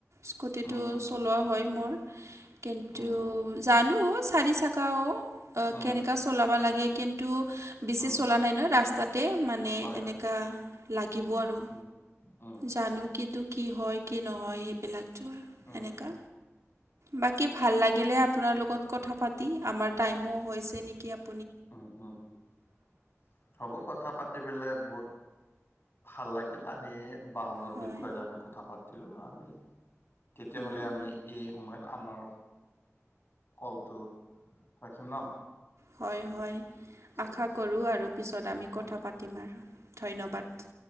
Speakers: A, on the right; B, on the left.
A: স্কুটিটো
B: উম উম
A: চলোৱাও হয়, মোৰ। কিন্তু
B: উম
A: জানো চাৰি চাকাও,
B: উম
A: কেনেকা চ চলাব লাগে কিন্তু, বেছি
B: উম
A: চলা নাই ন, ৰাস্তাত তে মানে
B: হয়
A: এনেকা
B: হয়
A: লাগিব আৰু।
B: উম উম
A: জানো কি টো কি হয়, কি নহয় সেইবিলাকতো
B: উম
A: এনেকা। বাকী ভাল লাগিলে আপোনাৰ
B: একদম
A: লগত কথা পাতি। আমাৰ টাইমো হৈছে নেকি আপ
B: <unintelligible> হ'ব কথা পাতি পেলাই বহুত ভাল লাগিলানে? বাহনৰ
A: হয়
B: বিষয়ত আমি কথা পাতিলো আমি, তেতিয়াহ'লে
A: উম,
B: আমি এই সময়ত আমাৰ কলটো ৰাখিম ন?
A: হয়, হয়,
B: ঠিক
A: আশা
B: আছে
A: কৰোঁ আৰু পিছত আমি
B: উম
A: কথা পাতিম আৰু, ধন্যবাদ।